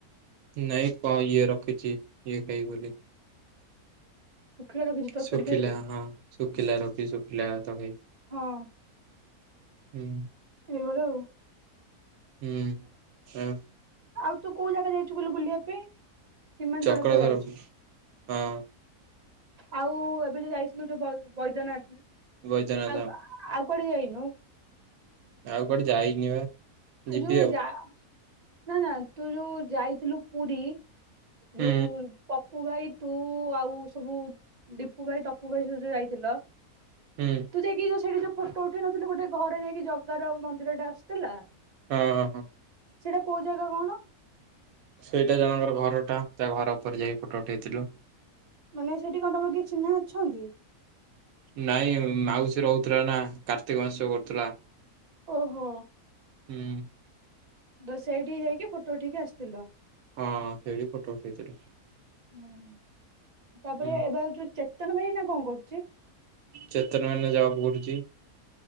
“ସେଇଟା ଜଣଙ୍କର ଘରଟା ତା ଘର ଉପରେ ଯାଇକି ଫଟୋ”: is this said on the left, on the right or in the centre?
Right